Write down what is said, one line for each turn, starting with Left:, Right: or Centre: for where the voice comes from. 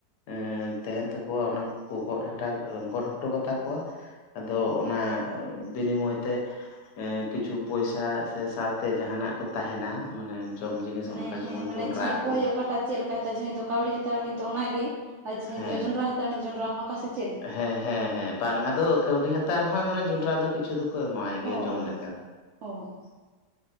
Left: ᱮᱸ ᱛᱟᱦᱮᱸᱱ ᱛᱟᱠᱚᱣᱟ ᱚᱱᱟ ᱠᱚᱠᱚ ᱜᱚᱫ ᱦᱟᱴᱟ ᱜᱚᱫ ᱦᱚᱴᱚ ᱠᱟᱛᱟ ᱠᱚᱣᱟ, ᱟᱫᱚ ᱚᱱᱟ ᱵᱤᱱᱤᱢᱚᱭ ᱛᱮ ᱮᱸ ᱠᱤᱪᱷᱩ ᱯᱚᱭᱥᱟ ᱥᱮ ᱥᱟᱶᱛᱮ ᱡᱟᱦᱟᱸᱱᱟᱜ ᱠᱚ ᱛᱟᱦᱮᱸᱱᱟ ᱢᱟᱱᱮ ᱡᱚᱢ ᱡᱤᱱᱤᱥ,
Right: ᱢᱟᱱᱮ
Left: ᱚᱱᱠᱟ
Right: ᱦᱮᱸ
Left: ᱡᱮᱢᱚᱱ
Right: ᱢᱟᱱᱮ
Left: ᱡᱚᱱᱰᱨᱟ
Right: ᱡᱟᱦᱟᱸᱭ ᱚᱠᱚᱭ
Left: ᱠᱚ
Right: ᱚᱠᱟᱴᱟᱜ ᱪᱮᱜ ᱞᱮᱠᱟᱭ ᱦᱟᱛᱟᱣᱟ, ᱡᱟᱦᱟᱸᱭ ᱫᱚ ᱠᱟᱹᱣᱰᱤᱭ ᱦᱟᱛᱟᱣᱟ ᱩᱱᱤ ᱫᱚ ᱚᱱᱟᱜᱮ, ᱟᱨ ᱡᱟᱦᱟᱸᱭ
Left: ᱦᱮᱸ
Right: ᱫᱚᱭ ᱡᱚᱸᱰᱨᱟ ᱦᱟ ᱛᱟᱣᱟ ᱩᱱᱤ ᱡᱚᱱᱰᱨᱟ ᱚᱝᱠᱟ ᱥᱮ? ᱪᱮᱫ ᱞᱮᱠᱟ
Left: ᱦᱮᱸ ᱦᱮᱸ ᱦᱮᱸ ᱵᱟᱝ ᱟᱫᱚ, ᱠᱟᱹᱣᱰᱤ ᱦᱟᱛᱟᱣ ᱨᱮᱦᱚᱸ ᱢᱟᱱᱮ ᱡᱚᱸᱰᱨᱟ ᱫᱚ ᱠᱤᱪᱷᱩ ᱫᱚᱠᱚ ᱮᱢᱟᱭ ᱜᱮᱭᱟ
Right: ᱚ
Left: ᱡᱚᱢ
Right: ᱚ
Left: ᱞᱮᱠᱟ ᱫᱚ᱾
Right: ᱚ᱾